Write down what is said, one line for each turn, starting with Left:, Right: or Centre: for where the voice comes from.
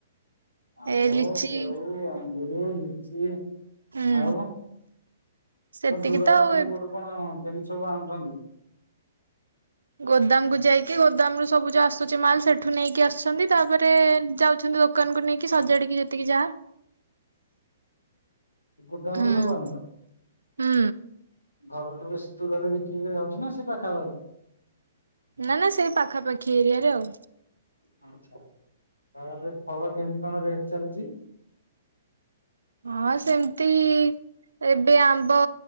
Left: ଆମ୍ବ
Right: ଏ ଲିଚି
Left: ସେଉ ଅଙ୍ଗୁରୁ ଲିଚି
Right: ହୁଁ
Left: ଆଉ
Right: ସେତିକି
Left: ଦୂର
Right: ତ
Left: ବାଟରୁ
Right: ଆଉ
Left: କୋଉଠୁ କଣ କେମିତି ସବୁ ଆଣୁଛନ୍ତି?
Right: ଗୋଦାମ୍ କୁ ଯାଇକି ଗୋଦାମ୍ ରୁୁ ସବୁ ଯୋଉ ଆସୁଚି ମାଲ୍ ସେଠୁ ନେଇକି ଆସୁଛନ୍ତି ତାପରେ ଯାଉଛନ୍ତି ଦୋ କାନକୁ ନେଇକି ସଜାଡ଼ିକି ଯେତିକି ଯା
Left: ଗୋଦାମ୍
Right: ହୁଁ।
Left: ରୁ ସବୁ ଆଣୁତ?
Right: ହୁଁ।
Left: ଘର ଠୁ ବେଶୀ୍ ଦୂରରେ ବିକ୍ରି କରିଆକୁ ଯାଉଚ ନା ସେ ପାଖାପାଖି?
Right: ନା ନା ସେଇ ପାଖାପାଖି ଏରିଆରେ ଆଉ।
Left: ଆଛା ତାହେଲେ ଫଳ କେମିତି କଣ ରେଟ୍ ଚାଲିଚି?
Right: ହଁ ସେମ୍ ତି ଏବେ ଆମ୍ବ